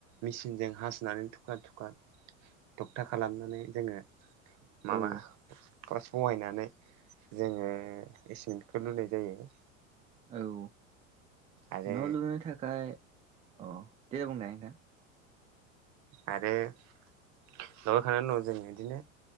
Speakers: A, on the right; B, on the right.
A: मेसिनजों हासुनानै थुख्रा थुख्रा थक्था खालामनानै जोङो माबा
B: औ
A: फस बहायनानै जोङो एसमेन्टखौ लुनाय जायो।
B: औ
A: आरो
B: न' लुबैनो थाखाय औ दे बुंनाय नोंथां।
A: आरो लगायखांनायनि उनाव जोङो इदिनो